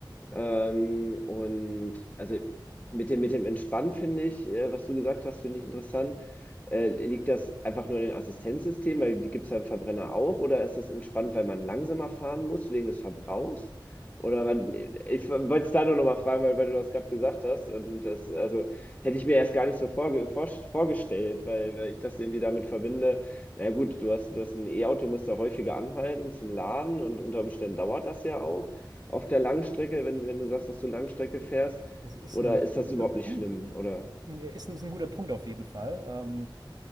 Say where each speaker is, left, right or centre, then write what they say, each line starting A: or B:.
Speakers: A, on the left (about 20°); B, on the right (about 50°).
A: Ähm, und also mit dem, mit dem Entspannen finde ich, äh, was du gesagt hast, finde ich interessant. Äh, liegt das einfach nur in den Assistenzsystemen, weil die gibt es ja im Verbrenner auch, oder ist das entspannt, weil man langsamer fahren muss wegen des Verbrauchs? Oder weil, ich wollte es da nur nochmal fragen, weil, weil du das gerade gesagt hast. Und das, also hätte ich mir erst gar nicht so vorge vor vorgestellt, weil, weil ich das irgendwie damit verbinde. Na ja, gut, du hast, du hast ein E-Auto, musst da häufiger anhalten zum Laden und unter Umständen dauert das ja auch auf der Langstrecke, wenn, wenn du sagst, dass du Langstrecke fährst?
B: Das ist
A: Oder
B: ein,
A: ist das
B: guter
A: überhaupt
B: Punkt.
A: nicht schlimm? Oder?
B: Ist ein, ist ein guter Punkt auf jeden Fall. Ähm,